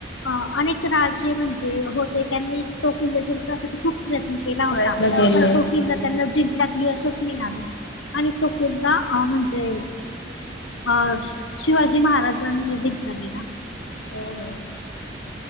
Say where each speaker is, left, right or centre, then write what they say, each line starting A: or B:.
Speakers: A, on the left; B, on the left.
A: अनेक राजे म्हणजे होते, त्यांनी तो किल्ला जिंकण्यासाठी खूप प्रयत्न के ला होता,
B: प्रयत्न केले.
A: पण
B: हा.
A: तो किल्ला त्यांना जिंकण्यात यशच नाही आल आणि तो किल्ला अ म्हणजे अ शिवाजी महाराजांनी जिंकला गेला.
B: हो हो